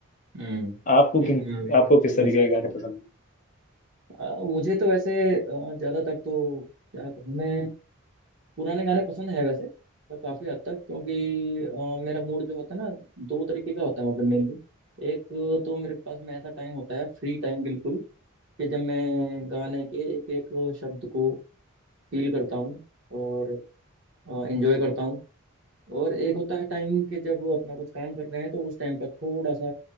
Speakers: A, on the right; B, on the left.
A: हम्म
B: आपको
A: एक
B: किन
A: हाँ यही
B: आपको किस तरीके
A: साथ
B: के
A: चलते
B: गाने
A: चलते
B: पसंद
A: अ, मुझे तो वैसे अ, ज्यादातर तो क्या कहूँ मैं पुराने गाने पसंद है वैसे पर काफी हद तक क्योंकि अ, मेरा मूड जो होता है ना दो तरीके का होता है मतलब मेनली एक तो मेरे पास में ऐसा टाइम होता है फ्री टाइम बिल्कुल कि जब मैं गाने के एक एक शब्द को फील करता हूँ और एंजॉय करता हूँ और एक होता है टाइम के जब वो अपना कुछ काम कर रहे हैं तो उस टाइम पर थोड़ा सा